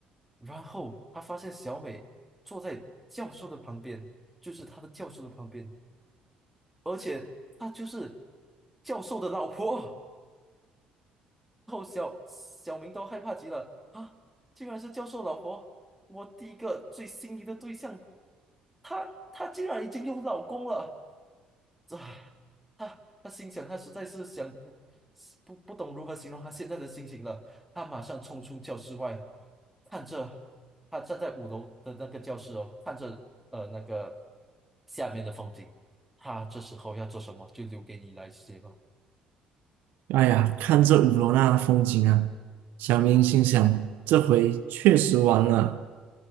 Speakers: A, in the centre; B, on the right (about 75°).
A: 然后他发现小美坐在教授的旁边，就是他的教授的旁边，而且他就是教授的老婆。小小明都害怕极了啊！竟然是教授老婆，我第一个最心仪的对象，她她竟然已经有老公了，这，她她心想，她实在是想不不不懂如何形容她现在的心情了。她马上冲出教室外，看着她站在五楼的那个教室哦，看着呃那个下面的风景。她这时候要做什么，就留给你来写吧。
B: 哎呀，看这五罗那的风景啊，小明心想，这回确实完了。